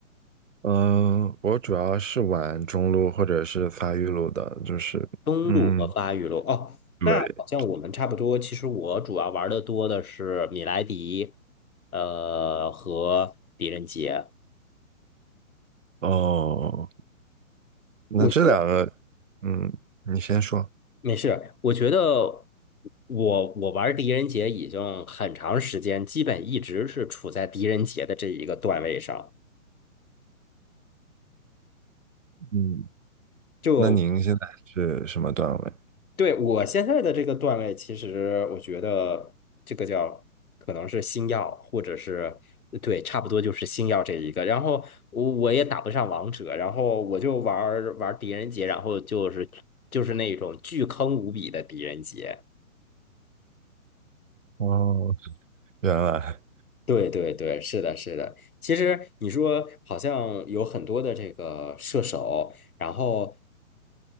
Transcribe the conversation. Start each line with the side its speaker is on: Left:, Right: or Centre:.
Right: 嗯、我主要是玩中路或者是发育路的，就是，
Left: 中路和发育路哦，
Right: 嗯，对，
Left: 那好像我们差不多。其实我主要玩的多的是米莱狄，呃和狄仁杰。
Right: 哦，那这两个，
Left: 我觉得。
Right: 嗯，你先说，
Left: 没事，我觉得我我玩狄仁杰已经很长时间，基本一直是处在狄仁杰的这一个段位上。
Right: 嗯，
Left: 就
Right: 那您现在是什么段位？
Left: 对我现在的这个段位，其实我觉得这个叫可能是星耀，或者是对，差不多就是星耀这一个。然后我我也打不上王者，然后我就玩玩狄仁杰，然后就是就是那种巨坑无比的狄仁杰。
Right: 哦，原来，
Left: 对对对，是的，是的。其实你说好像有很多的这个射手，然后